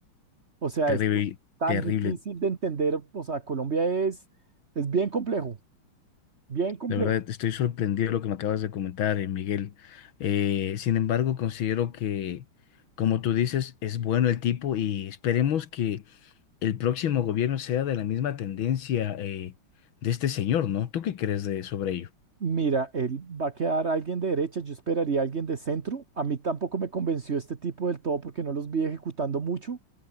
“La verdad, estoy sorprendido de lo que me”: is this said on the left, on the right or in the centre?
Left